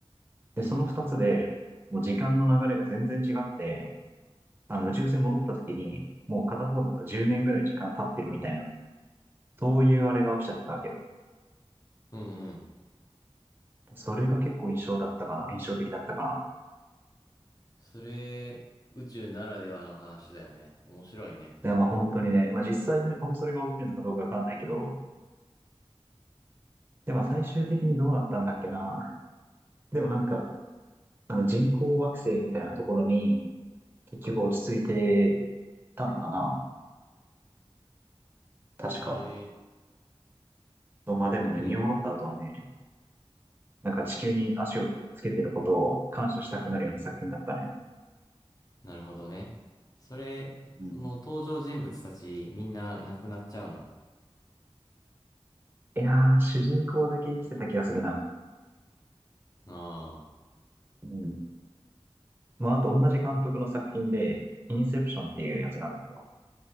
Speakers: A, on the left (about 35°); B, on the right (about 20°).
A: うん、
B: で、その二つで、もう時間の流れが全然違くて、あの、宇宙船戻った時に、もう片方だと10年ぐらい時間経ってるみたいな、そういうあれが起きちゃってたわけよ。
A: うんうん。
B: それが結構印象だったかな、印象的だったかな。
A: それ、宇宙ならではの話だよね。面白いね。
B: いや、まあ本当にね、まあ実際にそれが起きるのかどうかわかんないけど、で、まあ最終的にどうなったんだっけな。でもなんか、あの人工惑星みたいなところに結局落ち着いてたのかな。確か。
A: ええ、
B: まあでもね、
A: それ、
B: 見終わった後はね、なんか地球に足をつけてることを感謝したくなるような作品だったね。
A: なるほどね。それ、
B: うん。
A: その登場人物たちみんな亡くなっちゃうの
B: いやー、主人公だけ生きてた気がするな。
A: ああ
B: うん。まああと同じ監督の作品で、インセプションっていうやつなんだけど、